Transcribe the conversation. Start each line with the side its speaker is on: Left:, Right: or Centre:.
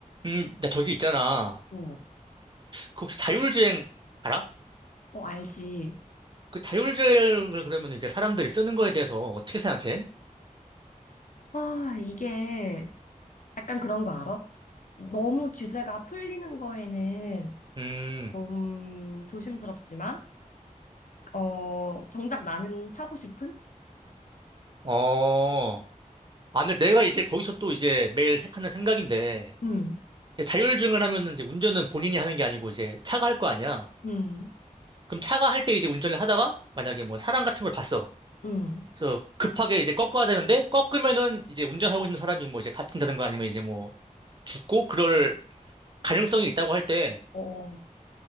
Right: 음, 나 저기 있잖아.
Left: 어,
Right: 그 혹시 자율주행 알아?
Left: 어, 알지.
Right: 그 자율주행을 그러면 이제 사람들이 쓰는 거에 대해서 어떻게 생각해?
Left: 아, 이게 약간 그런 거 알아? 너무 규제가 풀리는 거에는
Right: 음,
Left: 좀 조심스럽지만, 어, 정작 나는 타고 싶은?
Right: 어. 아, 근데 내가 이제 거기서 또 이제 매일 해- 하는 생각인데,
Left: 음,
Right: 이제 자율주행을 하면은 이제 운전은 본인이 하는 게 아니고 이제 차가 할 거 아니야.
Left: 음,
Right: 그럼 차가 할 때 이제 운전을 하다가 만약에 뭐 사람 같은 걸 봤어.
Left: 음,
Right: 그래서 급하게 이제 꺾어야 되는데, 꺾으면은 이제 운전하고 있는 사람이 뭐 이제 다친다든가 아니면 이제 뭐 죽고 그럴 가능성이 있다고 할 때,
Left: 어,